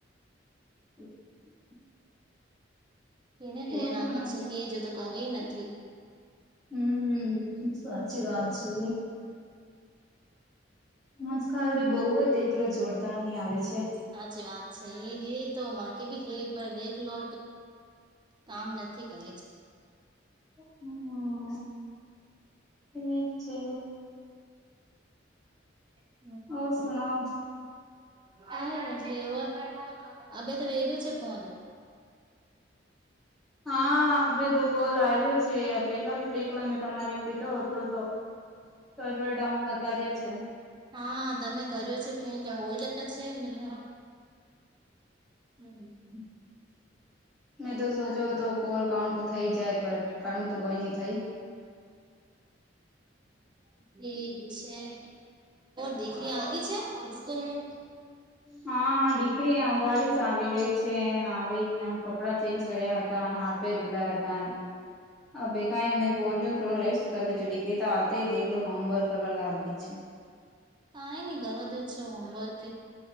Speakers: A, in the centre; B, on the right (about 25°).
A: <inaudible>
B: એને
A: હું
B: લેને
A: સુના
B: આમ છે કે જોતો ક નથી
A: હમ સાચી વાત છે આજકાલ બહુ જ દેખલો જોરદાર ની આવે છે
B: સાચી વાત છે એ ગ તો મા કે ભી ગ પણ દેલો કામ નથી કરે
A: હમ ઠીક છે
B: ના
A: હા સુનાઓ
B: હ અબે તો વેગું છે ફોન
A: હા હે તો કોલ આવ્યો છે પેલા તો દેખલા મેં તમારે કીધો હતો તો સર્વર ડઉન વધાર્યા છે
B: હા તમે કર્યો છે ફોન બોલ રહ્યા છે મને હમ
A: <inaudible> મેં તો સોચો હતો કોલ કાઉન્ટ થઈ જાય બટ કાઉન્ટ તો કોઈ નહી થઈ <inaudible>
B: હ ઠીક છેર દેખરી આગી છે સ્કૂલ ન
A: હા દીકરી અમારી જ આવી ગઈ છે આવીને કપડા ચેન્જ કર્યા હતા અને હા પેદગલા હતા હ ભગા મેં બોલ્યું થોડો રેસ્ટ કરી લેજો ડિ તો આવતાય દેખલો હોમવર્ક કરવા લાગી જ છે
B: કઈ નઈ કરવા દે છે હોમવર્ક